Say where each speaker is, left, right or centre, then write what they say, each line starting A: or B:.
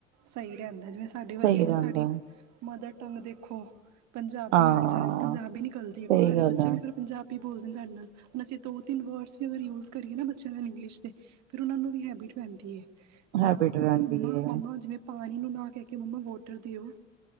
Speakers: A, on the right; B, on the right.
A: ਸਹੀ ਗੱਲ ਜਿਵੇਂ ਸਾਡੇ ਵਰਗੇ
B: ਸਹੀ
A: ਜਿਵੇਂ
B: ਰਹਿੰਦਾ
A: ਸਾਡੀ
B: ਹੈ।
A: ਮਦਰ ਟੰਗ ਦੇਖੋ ਪੰਜਾਬੀ
B: ਹਾਂ
A: ਹੈਗੀ ਸਾਡੇ ਪੰਜਾਬੀ ਨਿਕਲਦੀ, ਅੱਗੋਂ
B: ਸਹੀ
A: ਸਾਡੇ
B: ਗੱਲ
A: ਬੱਚੇ
B: ਆ
A: ਵੀ ਫਿਰ ਪੰਜਾਬੀ ਬੋਲਦੇ ਨੇ ਸਾਡੇ ਨਾਲ ਬੱਚੇ ਦੋ ਤੀਨ ਵਰਡ ਵੀ ਅਗਰ ਯੂ ਕਰੀਏ ਨਾ ਬੱਚਿਆਂ ਦੇ ਇੰਗਲਿਸ਼ ਦੇ ਫਿਰ ਉਹਨਾਂ ਨੂੰ ਵੀ ਹੈਬਿਟ ਪੈਂਦੀ ਹੈ। ਵੀ
B: ਹੈਬਿਟ
A: ਹਾਂ,
B: ਰਹਿੰਦੀ
A: ਮੰਮਾ-
B: ਹੈ
A: ਮੰਮਾ ਜਿਵੇਂ ਪਾਣੀ ਨੂੰ ਨਾ ਕਹਿ ਕੇ ਮੰਮਾ ਵਾਟਰ ਦਿਓ